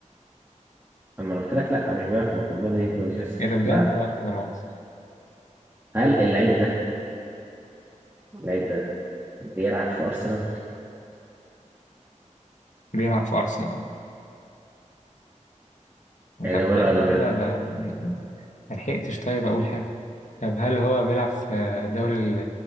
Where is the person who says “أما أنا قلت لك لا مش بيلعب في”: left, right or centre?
Right